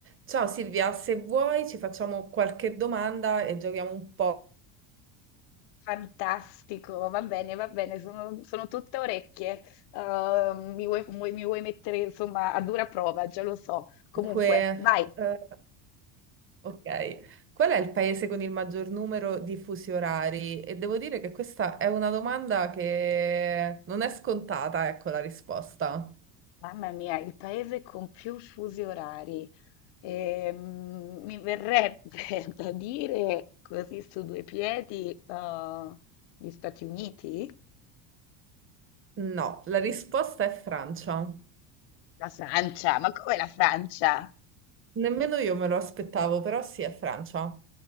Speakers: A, on the right; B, on the left.
A: Ciao Silvia, se vuoi ci facciamo qualche domanda e giochiamo un po'.
B: Fantastico, va bene, va bene, sono, sono tutte orecchie. Eh, mi vuoi, vuoi- mi vuoi mettere insomma a dura prova, già lo so. Comunque,
A: Dunque,
B: vai.
A: eh, ok, qual è il paese con il maggior numero di fusi orari? E devo dire che questa è una domanda che non è scontata, ecco la risposta.
B: Mamma mia, il paese con più fusi orari. Ehm, mi verrebbe <laughs> da dire così su due piedi, eh, gli Stati Uniti?
A: No, la risposta è Francia.
B: La Francia, ma come la Francia?
A: Nemmeno io me lo aspettavo, però sì, è Francia.